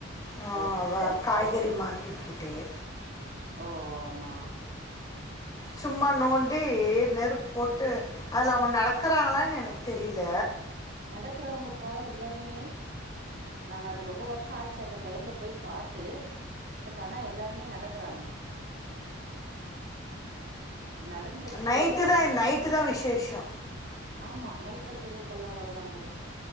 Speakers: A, on the left; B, on the right.
A: ஆ
B: ஓ
A: அதா காய்கறி மார்க்கெட் கிட்டயே
B: ஓ ஆமா
A: சும்மா நோண்டி நெருப் போட்டு அதுல அவுங்க நடக்குறாங்களான் எனக் தெரிய்ல
B: நடக்குறாங்கப்பா எல்லாருமே நான் அது ரொம்ப வர்ஷ ஆச்சு அந்த டைம்ல போய் பாத் து பட் ஆனா எல்லாருமே நடக்குறாங்க நடந்துட்டு
A: நைட்டு தா எ நைட்டு தா விஷேஷோ
B: ஆமா நைட்டோ தெருவுக்கல்லா வருவாங்கலா